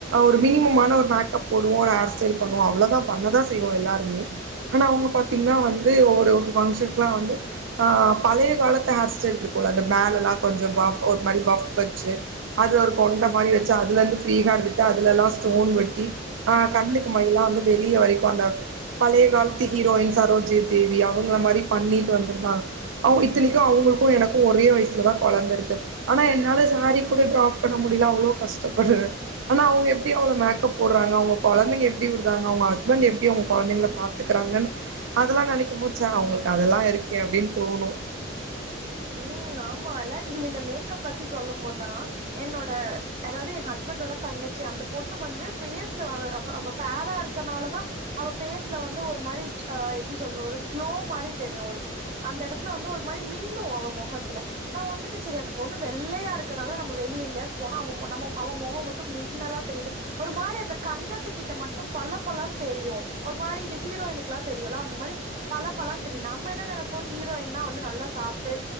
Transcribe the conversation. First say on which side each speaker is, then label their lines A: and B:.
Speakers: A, on the right (about 80°); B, on the right (about 35°).
A: ஒரு மினிமமான ஒரு மேக்கப் போடுவோ ஒரு ஹேர் ஸ்டைல் பண்ணுவோ அவ்ளதா பண்ணதா செய்வோ எல்லாருமே ஆனா அவங்க பாத்தீங்கனா வந்து ஒரு ஃபங்க்ஷனுக்குலா வந்து ஆ பழைய காலத்து ஹேர்ஸ்டைல் இருக்குல அந்த மேல எல்லா கொஞ்ச ஒரு மாதிரி பஃப் வச்சி அதுல ஒரு கொண்ட மாரி வச்சி அதுல இருந்து ஃப்ரீஹேர் விட்டு அதுலல்லா ஸ்டோன் வெட்டி ஆ கண்ணுக்கு மய் எல்லா வந்து வெளிய வரைக்கு அந்த பழைய காலத்து ஹீரோயின் சரோஜி தேவி அவங்கள மாரி பண்ணிட்டு வந்திருந்தாங் அவ இத்தனைக்கு அவங்களுக்கு எனக்கு ஒரே வயசுல தா கொழந்த இருக்கு ஆனா என்னால சாரீ கூட டிராப் பண்ண முடியல அவ்ளோ கஷ்டபடுற ஆனா அவங்க எப்டி அவ்ளோ மேக்கப் போடுறாங்க அவங்க கொழந்தைங்க எப்டி விடுறாங்க அவங்க ஹஸ்பண்ட் எப்டி அவங்க கொழந்தைங்கள பாக் கத்துக்கறாங்கன் அதெல்லா நெனைக்கும் போது சே அவங்களுக்கு அதெல்லா இருக்கே அப்டினு தோணு
B: ம் ஆமால நீங்க இந்த மேக்கப் பத்தி சொல்லும் போதா என்னோட அதாது எ ஹஸ்பண்டோட தங்கச்சி அந்த பொண்ணு வந்து பேஸ்ல ஃபேரா இருக் க்கனாலதா அவ ஃபேஸ்ல வந்து ஒரு மாரி அ எப்டி சொல்றது ஒரு க்ளோ மாரி தெரியு ஒரு அந்த எடத்துல வந்து ஒரு மாரி மின்னு அவ மொகத்துல நா வந்துட்டு சரி அந்த பொண்ணு வெள்ளையா இருக்கனால நம்ம வெளிய எங்கேயாது போனா அவ நம்ம அவ மொகம் மட்டுமின்னலா தெரியுது ஒரு மாரி அந்த கண்ணத்துக்கிட்ட மட்டு பல பலன் தெரியு ஒரு மாரி இந்த ஹீரோயினுக்கெல்லா தெரியுல அந்த மாரி பல பலன் தெரியு நம்ம என்ன நெனப்போ ஹீரோயின்னா வந்து நல்லா சாப் ட்டு